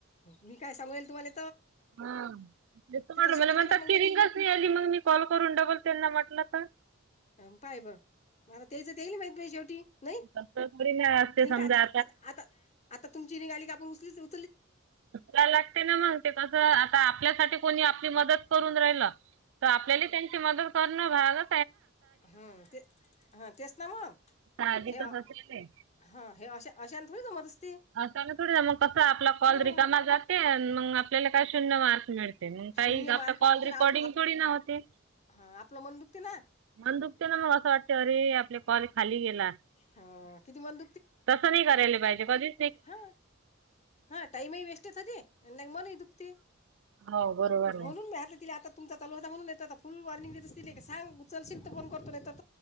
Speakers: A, on the left; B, on the right.
A: मी काय सांगू येल तुम्हाले
B: हा ते त मला
A: तशी करते
B: म्हणतात
A: ना मग
B: कि
A: मी
B: रिंगच
A: तिला
B: नाई आली मग मी कॉल करून डबल त्यांना म्हटलं तर
A: अ पाय बर म आता तेईच तेईल माहित बाई शेवटी नई.
B: तसं थोडी नाही असते
A: हीं
B: समजा
A: का आता आता आता तुमची निघाली का आपण उचलीचउ
B: ला लागते ना मंग ते कसं आता आपल्यासाठी कोणी आपली मदत करून राहिला. त आपल्याली त्यांची मदत करणं भागचं
A: हम्म ते हा तेच ना मंग.
B: साहजिकच
A: हे हा
B: असलेले
A: हे अश अशा थोडी जमत अस
B: अशान थोडी मंग कस आपला कॉल
A: हां
B: रिकामा जाते मंग आपल्याला काय शून्य मार्क मिळ काई
A: शून्य
B: आपला
A: मार्क
B: कॉल
A: मिळते
B: रेकॉर्डिंग
A: ना आप आप-
B: थोडी न होते
A: हां आपलं मन दुखते ना
B: म्हंण मग असं वाटते अरे आपले कॉल खाली गेला
A: हां किती मन
B: तसं नाही करायला पाहिजे कधी
A: हा हा टाइम ही वेस्टचं हे ते मन ही दुखते
B: हो बरोबर
A: म्हणून
B: आहे
A: मी आता तिला तुमचा चालू होता म्हणून नाय त आता फुल वॉर्निंग देत असती लेका सांग उचलशील तर फोन करतो नाही तर